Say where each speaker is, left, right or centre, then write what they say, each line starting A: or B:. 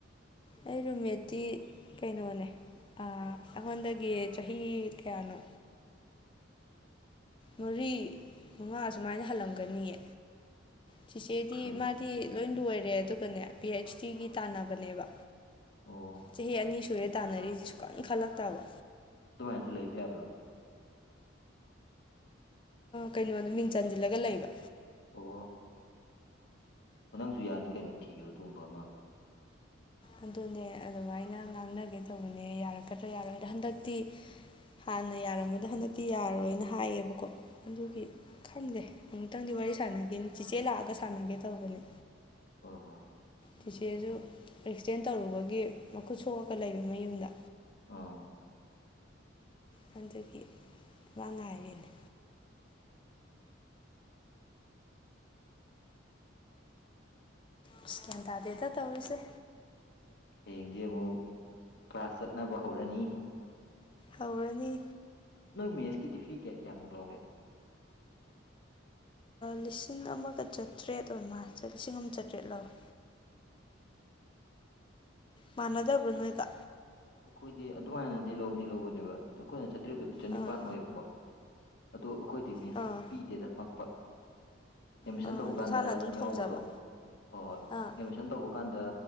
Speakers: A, on the left; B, on the left.
A: ꯑꯩ ꯔꯣꯃꯦꯠꯇꯤ ꯀꯩꯅꯣꯅꯦ ꯑꯩꯉꯣꯟꯗꯒꯤ ꯆꯍꯤ ꯀꯌꯥꯅꯣ ꯃꯔꯤ ꯃꯉꯥ ꯁꯨꯃꯥꯏꯅ ꯍꯜꯂꯝꯒꯅꯤꯌꯦ ꯆꯤꯆꯦꯗꯤ
B: ꯀꯩ
A: ꯃꯥꯗꯤ ꯂꯣꯏ ꯂꯣꯏꯔꯦ ꯑꯗꯨꯒꯅꯦ ꯄꯤ ꯑꯩꯩꯆ ꯗꯤꯒꯤ ꯇꯥꯟꯅꯕꯅꯦꯕ
B: ꯑꯣ
A: ꯆꯍꯤ ꯑꯅꯤ ꯁꯨꯔꯦ ꯇꯥꯟꯅꯔꯤꯁꯤꯦ ꯁꯨ ꯀꯥꯏꯅ ꯈꯜꯂꯛꯇꯕ
B: ꯗꯨꯃꯥꯏꯅꯁꯨ ꯂꯩꯕ ꯌꯥꯕ꯭ꯔꯣ
A: ꯀꯩꯅꯣꯗ ꯃꯤꯡ ꯆꯟꯁꯤꯜꯂꯒ ꯂꯩꯕ
B: ꯑꯣ ꯍ ꯅꯪꯁꯨ ꯌꯥꯅꯤ ꯀꯩꯅꯣ ꯊꯤꯌꯨ ꯑꯗꯨꯒꯨꯝꯕ ꯑꯃ
A: ꯑꯗꯨꯅꯦ ꯑꯗꯨꯃꯥꯏꯅ ꯉꯥꯡꯅꯒꯦ ꯇꯧꯕꯅꯦ ꯌꯥꯔꯛꯀꯗ꯭ꯔꯥ ꯌꯥꯔꯣꯏꯗ ꯍꯟꯗꯛꯇꯤ ꯍꯥꯟꯅ ꯌꯥꯔꯝꯕꯗꯣ ꯍꯟꯗꯛꯇꯤ ꯌꯥꯔꯣꯏꯅ ꯍꯥꯏꯌꯦꯕꯀꯣ ꯑꯗꯨꯒꯤ
B: ꯎꯝ
A: ꯈꯪꯗꯦ ꯑꯃꯨꯛꯇꯪꯗꯤ ꯋꯥꯔꯤ ꯁꯥꯟꯅꯒꯦꯅꯤ ꯆꯦꯆꯦ ꯂꯥꯛꯑꯒ ꯁꯥꯟꯅꯒꯦ ꯇꯧꯕꯅꯤ
B: ꯍꯣꯏ ꯍꯣꯏ ꯌꯦꯡꯉꯣ
A: ꯁꯤꯆꯦꯁꯨ
B: ꯌꯦꯡꯉꯣ
A: ꯑꯦꯛꯁꯗꯦꯟ ꯇꯧꯔꯨꯕꯒꯤ ꯃꯈꯨꯠ ꯁꯣꯛꯑꯒ ꯂꯩꯕ ꯃꯌꯨꯝꯗ
B: ꯑꯥ
A: ꯈꯟꯒꯤ ꯏ ꯉꯥꯏꯔꯤꯅꯦ ꯑ ꯒ꯭ꯌꯥꯟ ꯇꯥꯗꯦꯗ ꯇꯧꯔꯤꯁꯦ
B: ꯍꯌꯦꯡꯗꯤ ꯑꯃꯨꯛ ꯀ꯭ꯂꯥꯁ ꯆꯠꯅꯕ ꯍꯧꯔꯅꯤ
A: ꯍꯧꯔꯅꯤ
B: ꯅꯣꯏ ꯃꯦꯁꯀꯤꯗꯤ ꯐꯤ ꯀꯌꯥ ꯀꯌꯥꯃꯨꯛ ꯂꯧꯒꯦ
A: ꯂꯤꯁꯤꯡ ꯑꯃꯒ ꯆꯥꯇ꯭ꯔꯦꯠ ꯑꯃ ꯂꯤꯁꯤꯡ ꯑꯃ ꯆꯥꯇ꯭ꯔꯦꯠ ꯂꯧꯏꯦ ꯃꯥꯟꯅꯗꯕ꯭ꯔꯣ ꯅꯣꯏꯒ
B: ꯑꯩꯈꯣꯏꯗꯤ ꯑꯗꯨꯃꯥꯏꯅꯗꯤ ꯂꯧꯗꯤ ꯂꯧꯕꯅꯦꯕ ꯑꯩꯈꯣꯏꯅ ꯆꯥꯇ꯭ꯔꯦꯠ ꯆꯅꯤꯄꯥꯟ
A: ꯑꯥ
B: ꯑꯣꯏꯌꯦꯕꯀꯣ ꯑꯗꯣ ꯑꯩꯈꯣꯏꯗꯤ ꯃꯦꯁ
A: ꯑꯥ
B: ꯄꯤꯗꯦꯗ ꯄꯥꯛꯄ ꯑꯦꯠꯃꯤꯁꯟ
A: ꯑꯥ
B: ꯇꯧꯕ
A: ꯅꯁꯥꯅ
B: ꯀꯥꯟꯗ
A: ꯑꯗꯨꯝ ꯊꯣꯡꯖꯕ
B: ꯌꯥꯎꯕꯗꯣ ꯍꯣꯏ ꯍꯣꯏ
A: ꯑꯥ
B: ꯑꯦꯠꯃꯤꯁꯟ ꯇꯧꯕ ꯑꯗꯨꯀꯥꯟꯗ